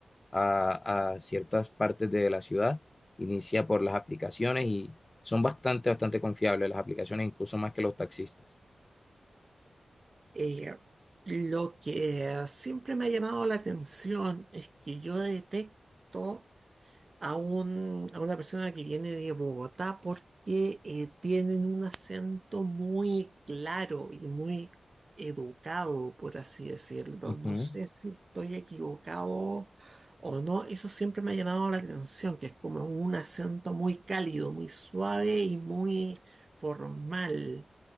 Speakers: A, on the left; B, on the right.
A: a, a ciertas partes de la ciudad, inicia por las aplicaciones y son bastante, bastante confiables las aplicaciones, incluso más que los taxistas.
B: Eh, lo que siempre me ha llamado la atención es que yo detecto a un, a una persona que viene de Bogotá porque eh, tienen un acento muy claro y muy educado, por así decirlo.
A: Ujú,
B: No sé si estoy equivocado o no, eso siempre me ha llamado la atención, que es como un acento muy cálido, muy suave y muy formal.